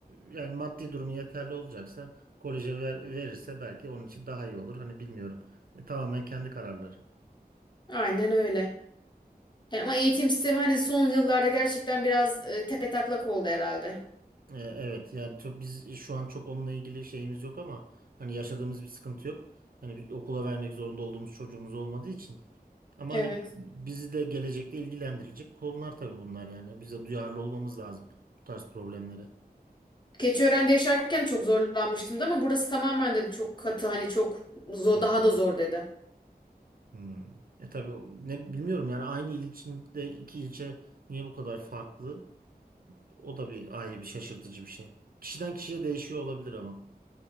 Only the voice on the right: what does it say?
yani maddi durumu yeterli olacaksa koleje ver- verirse belki onun için daha iyi olur. Hani bilmiyorum. E, tamamen kendi kararları.
E, evet yani çok, biz şu an çok onunla ilgili şeyimiz yok ama hani yaşadığımız bir sıkıntı yok. Hani bir okula vermek zorunda olduğumuz çocuğumuz olmadığı için. Ama
hani bizi de gelecekte ilgilendirecek konular tabii bunlar yani. Bize duyarlı olmamız lazım bu tarz problemlere.
Hmm.
Hmm. E tabii o- ne bilmiyorum yani aynı il içinde iki ilçe niye bu kadar farklı? O da bir ayrı bir şaşırtıcı bir şey. Kişiden kişiye değişiyor olabilir ama.